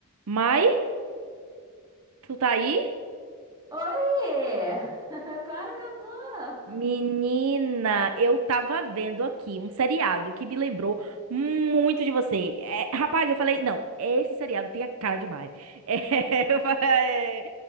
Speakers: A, on the right; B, on the right.
A: Mai, tu tá aí?
B: Oi! <laughs> Claro que eu tô!
A: Menina, eu tava vendo aqui um seriado que me lembrou muito de você. É, rapaz, eu falei, não, esse seriado tem a cara de Mai. É, <laughs> eu fa- é,